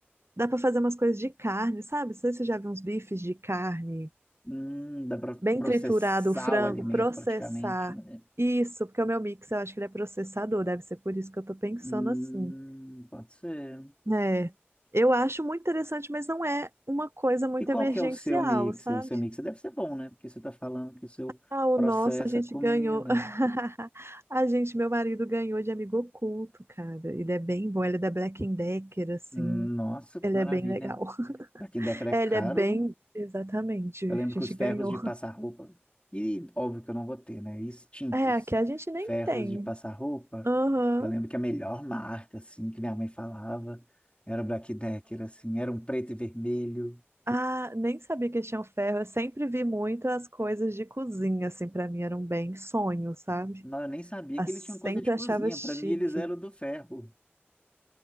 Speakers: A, on the right; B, on the left.
A: Dá para fazer umas coisas de carne, sabe? Não sei se você já viu uns bifes de carne.
B: Hum, dá para
A: bem
B: processar
A: triturado o frango,
B: o alimento
A: processar
B: praticamente, né?
A: isso, porque o meu mix eu acho que ele é processador, deve ser por isso que eu tô pensando
B: Hum,
A: assim.
B: pode ser.
A: É, eu acho muito interessante, mas não é uma coisa muito
B: E qual
A: emergencial,
B: que é o seu mixer?
A: sabe?
B: O seu mixer deve ser bom, né? Porque você está falando que o seu
A: Ah, o
B: processa
A: nosso a gente
B: a comida.
A: ganhou. <laughs> A gente, meu marido ganhou de amigo oculto, cara. Ele é bem bom, ele é da Black and Decker, assim.
B: Hum, Nossa, que
A: Ele
B: maravilha.
A: é bem legal. <laughs>
B: Daqui década é
A: É,
B: caro,
A: Ele é bem. Exatamente,
B: Eu lembro
A: a
B: que
A: gente
B: os ferros
A: ganhou.
B: de passar roupa, e óbvio que eu não vou ter, né? Extintos
A: É, aqui a gente nem
B: ferros
A: tem.
B: de passar roupa.
A: Aham.
B: Eu lembro que a melhor marca, assim, que minha mãe falava era o Black Decker, assim, era um preto e vermelho.
A: Ah, nem sabia que tinha o ferro. Eu sempre vi muitas coisas de cozinha, assim, pra mim eram bem sonho, sabe?
B: Não, eu nem sabia
A: Ah,
B: que
A: sempre
B: eles tinham coisa de cozinha.
A: achava chique.
B: Para mim, eles eram do ferro.